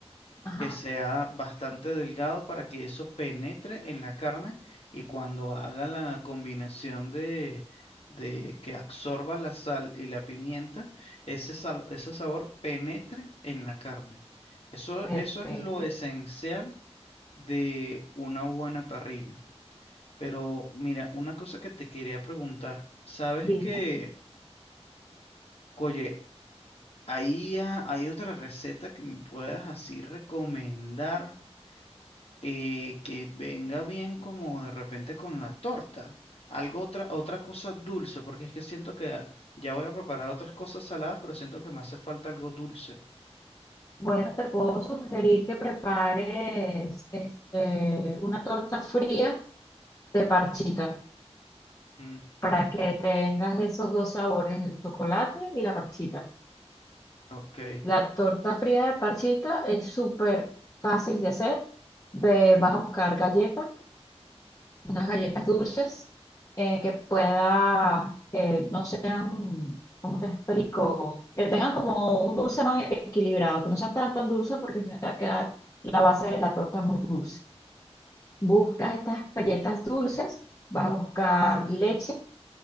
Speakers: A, on the left; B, on the left.
A: Ajá,
B: que sea bastante delgado para que eso penetre en la carne y cuando haga la combinación de, de que absorba la sal y la pimienta, ese, sal- ese sabor penetre en la carne. Eso,
A: perfecto.
B: eso es lo esencial de una buena parrilla. Pero mira, una cosa que te quería preguntar. ¿Sabes
A: Dime.
B: que, oye, ahí ha- hay otra receta que me puedas así recomendar eh, que venga bien como de repente con la torta? Algo otra, otra cosa dulce, porque es que siento que ya ya voy a preparar otras cosas saladas, pero siento que me hace falta algo dulce.
A: Bueno, te puedo sugerir que prepares este, una torta fría de parchita
B: Mm,
A: para que tengas esos dos sabores, el chocolate y la parchita.
B: ok,
A: La torta fría de parchita es súper fácil de hacer. Ve- vas a buscar galletas, unas galletas dulces eh, que puedas, que no sean, ¿cómo te explico? Que tengan como un dulce más equilibrado, que no sean tan tan dulces porque si no te va a quedar la base de la torta muy dulce. Buscas estas galletas dulces, vas a buscar leche